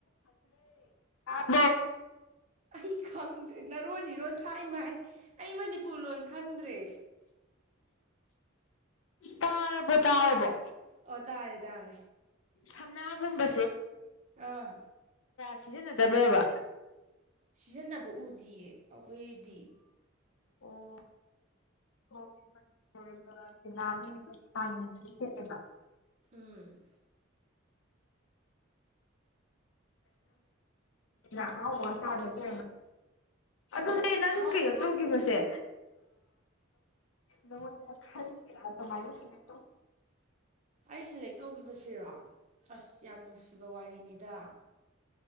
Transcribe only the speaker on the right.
ꯑꯩ ꯈꯪꯗ꯭ꯔꯦ ꯅꯔꯣꯟ ꯏꯔꯣꯟ ꯊꯥꯏ ꯃꯥꯏ ꯑꯩ ꯃꯅꯤꯄꯨꯔ ꯂꯣꯟ ꯈꯪꯗ꯭ꯔꯦ
ꯑꯣ ꯇꯥꯔꯦ ꯇꯥꯔꯦ
ꯑꯥ
ꯁꯤꯖꯤꯟꯅꯕ ꯎꯗꯤꯌꯦ ꯑꯩꯈꯣꯏꯗꯤ
ꯎꯝ
ꯍꯥꯎ
ꯑꯩ ꯁꯦꯂꯦꯛ ꯇꯧꯒꯤꯈꯤꯕꯁꯤꯔꯣ ꯑꯁ ꯌꯥꯝ ꯅꯨꯡꯁꯤꯕ ꯋꯥꯔꯤꯅꯤꯗ